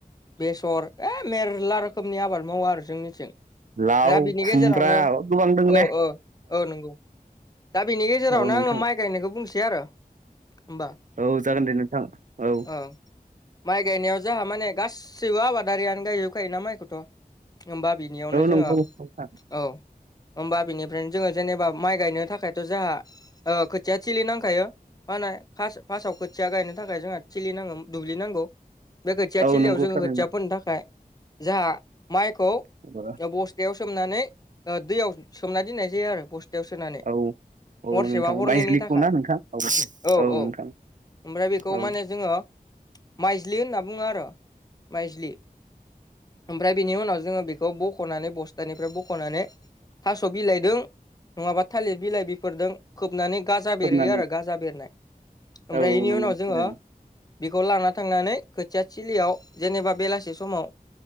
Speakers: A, on the left; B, on the right.
A: बेसर ए मेरला रोखोमनि आबाद मावो आरो जोंनिथिं।
B: लाव
A: दा बिनि
B: खुमब्रा
A: गेजेरावनो
B: गोबां दङ
A: औ
B: ने
A: औ औ नंगौ दा बेनि गेजेरावनो
B: औ नोंथां
A: आंङो माइ गायनायखौ बुंसै आरो होमबा
B: औ जागोन दे नोंथां औ
A: औ माइ गायनायाव जोंहा माने गासैबो आबादारियानो गायजोब खायोना माइखौथ' होमबा बिनियावनो जोंङो
B: नंगौ नोंथां
A: औ होमबा बिनिफ्रायनो जोंङो जेनेबा माइ गायनो थाखाय जोंहा खोथिया थिलि नांखायो मा होनो फार्स्टआव खोथिया गायनो थाखाय जोंहा थिलि नांगौ दुब्लि नांगौ बे खोथिया
B: औ
A: थिलियाव
B: नंगौ
A: जोंङो
B: थारैनो
A: खोथिया फोननो थाखाय जोंहा माइखौ
B: <unintelligible>
A: बस्थायाव सोमोननानै दैयाव सोमनानै दोननाय जायो आरो बस्थायाव सोनानै
B: औ
A: हरसेबा
B: नोंथां
A: हरनैनि
B: बायज्लिखौ
A: थाखाय
B: ना नोंथां औ
A: औ
B: नोंथां
A: औ ओमफ्राय बेखौ
B: औ
A: माने जों आंङो माइज्लि होनना बुंङो आरो माइज्लि ओमफ्राय बिनि उनाव जोंङो बेखौ बख'नानै बस्थानिफ्राय बख'नानै थास' बिलाइजों नंङाबा थालिर बिलाइ बिफोरदों खोबनानै गाजा
B: खोबनानै
A: बेरहोयो आरो गाजा बेरनाय ओमफ्राय
B: औ
A: बेनि
B: औ नंगौ
A: उनाव
B: थारैनो
A: जोंङो बेखौ लाना थांनानै खोथिया सिलियाव जेनेबा बेलासि समाव